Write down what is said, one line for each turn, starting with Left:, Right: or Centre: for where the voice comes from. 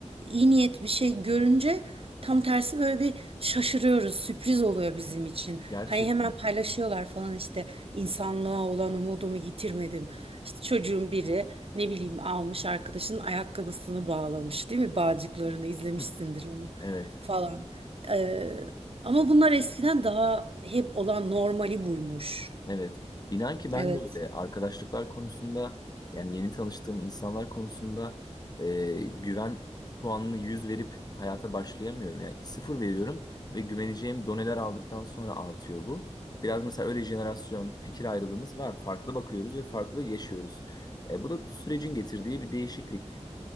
Right: iyi niyet bir şey görünce tam tersi böyle bir şaşırıyoruz sürpriz oluyor bizim için
Left: Gerçekten.
Right: hani hemen paylaşıyorlar falan işte insanlığa olan umudumu yitirmedim İşte çocuğun biri ne bileyim almış arkadaşının ayakkabısını bağlamış değil mi bağcıklarını izlemişsindir
Left: <laughs>
Right: onu
Left: Evet.
Right: falan Ee, ama bunlar eskiden daha hep olan normali buymuş.
Left: Evet. İnan ki ben
Right: Evet.
Left: de öyle arkadaşlıklar konusunda yani yeni tanıştığım insanlar konusunda e, güven puanını 100 verip hayata başlayamıyorum. Yani sıfır veriyorum ve güveneceğim doneler aldıktan sonra artıyor bu. Biraz mesela öyle jenerasyon fikir ayrılığımız var. Farklı bakıyoruz ve farklı yaşıyoruz. E, bu da sürecin getirdiği bir değişiklik.